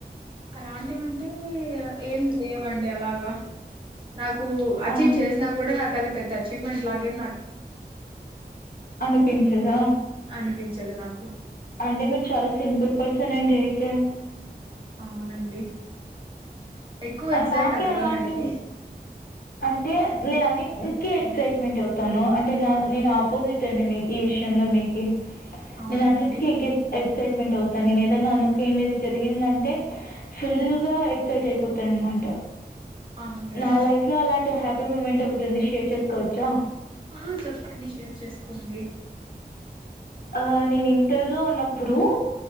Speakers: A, on the right; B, on the left.
A: అలాంటివంటే ఏం లేవండి అలాగా నాకు అచీవ్
B: అవును
A: చేసినా కూడా నాకు అది పెద్ద చీవ్ మెంట్ లాగే ఏం నాక్
B: అనిపించదా
A: అనిపించదు నాకు
B: అంటే మీరు చాలా సింపుల్ పర్స్ సనండి అయితే
A: అవునండి ఎక్కువ
B: ఆ
A: ఎగ్జైట్
B: నాకే
A: అవ్వనండి
B: అలాంటిం అంటే నేనన్ని న్ కీ ఎగ్జాస్ట్మెంట్ అవుతాను అంట్ న నేను ఆపోజిట్ అండి మీ ఈ విషయంలో మీకి
A: అవునా
B: నేను అన్నిటికి
A: అండి
B: ఎగేస్ ఎగ్ ఎక్సెస్మెంట్ అవుతాను నేను ఏదైన్నా అనుకుండేది జరిగిందాంటే ఫుల్లుగా
A: ఉమ్,
B: ఎక్సైట్టైప్ పూర్తయిందంట
A: అవునండి
B: నా లైఫ్ లో అలాంటి హ్యా హ్యాపీ మూమెంట్ ఒకటి ఉంది షేర్ చేసుకోవచ్చా
A: ఆ చెప్పండి షేర్ చేసుకోండి
B: ఆ నేను ఇంటర్లో ఉన్నప్పుడు